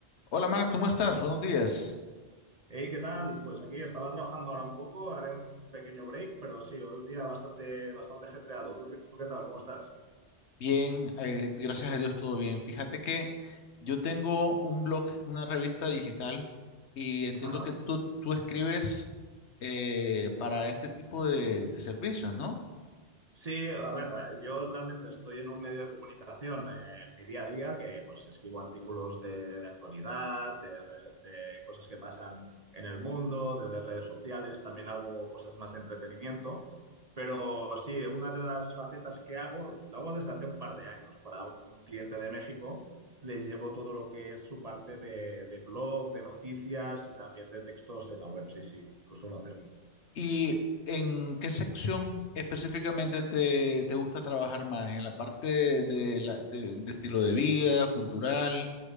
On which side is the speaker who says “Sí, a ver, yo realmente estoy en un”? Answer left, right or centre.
Right